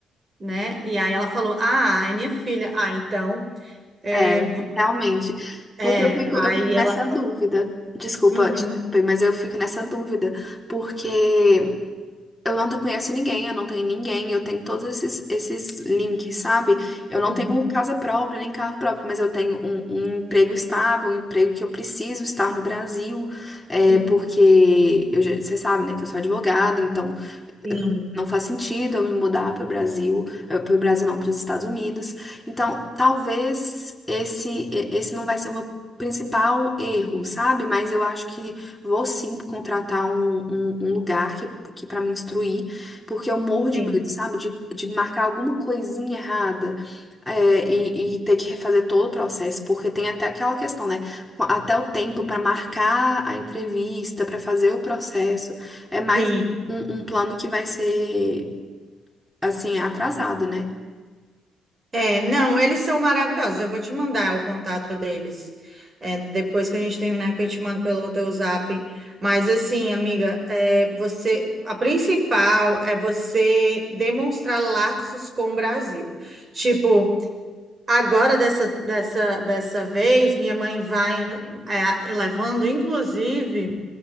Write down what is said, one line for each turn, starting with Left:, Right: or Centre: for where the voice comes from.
Right: né? E aí ela falou: Ah, é minha filha. Ah, então. É,
Centre: É,
Right: vo-
Centre: realmente.
Right: é.
Centre: Porque eu fico,
Right: Aí
Centre: eu fico nessa
Right: ela.
Centre: dúvida. Desculpa
Right: Uhum,
Centre: te interromper, mas eu fico nessa dúvida, porque. Eu não te- conheço ninguém, eu não tenho ninguém, eu tenho todos esses, esses links, sabe? Eu não
Right: uhum,
Centre: tenho casa própria, nem carro próprio, mas eu tenho um, um emprego estável, um emprego que eu preciso estar no Brasil, é,
Right: uhum.
Centre: porque eu já- você sabe, né, que eu sou advogada, então
Right: Sim,
Centre: não não faz sentido eu me mudar para o Brasil, para o Brasil não, para os Estados Unidos. Então, talvez esse e- esse não vai ser o meu principal erro, sabe? Mas eu acho que vou sim contratar um, um, um lugar que, que para me instruir, porque eu morro de
Right: sim,
Centre: medo, sabe? De, de marcar alguma coisinha errada. é, e, e ter que refazer todo o processo, porque tem até aquela questão, né? Até o tempo para marcar a entrevista, para fazer o processo. É mais
Right: sim.
Centre: um, um plano que vai ser, assim, atrasado, né?
Right: É, não, eles são maravilhosos. Eu vou te mandar o contato deles. É, depois que a gente terminar, que eu te mando pelo teu zap. Mas assim, amiga, é, você, a principal é você demonstrar laços com o Brasil. Tipo, Agora, dessa, dessa, dessa vez, minha mãe vai é, levando, inclusive